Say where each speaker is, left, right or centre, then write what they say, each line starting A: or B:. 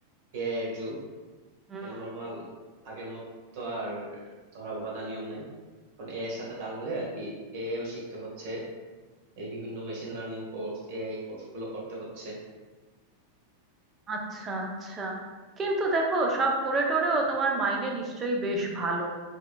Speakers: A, on the right; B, on the right.
A: এআই এর যুগ
B: হুম
A: নর্মাল আগের মতো আর ধরা বাঁধা নিয়ম নাই এখন এআই এর সাথে তাল মিলে আর কি এআই ও শিখতে হচ্ছে এই বিভিন্ন machine learning course AI course গুলো করতে হচ্ছে
B: আচ্ছা আচ্ছা কিন্তু দেখো সব করে টোরেও তোমার মাইনে নিশ্চয়ই বেশ ভালো